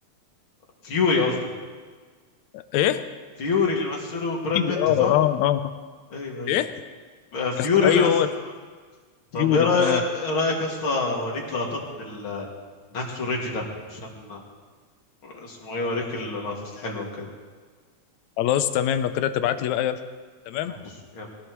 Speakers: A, on the left; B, on the left.
A: فيوري قصدك
B: ايه
A: فيوري اللي مثله براد
B: فيوري
A: بيت
B: اه
A: صح
B: اه اه
A: ايوه ايوه
B: ايه
A: آه، فيوري
B: اخت... ايوه
A: اللي مثل
B: هو
A: طب
B: فيوري
A: ايه رايك
B: اه
A: ايه رايك يا اسطى اوريك لقطات من ال من هاكسو ريدج ده عشان اسمه ايه اوريك اللقطات الحلوه وكده
B: خلاص تمام لو كده تبعت لي بقى يلا تمام
A: ماشي يلا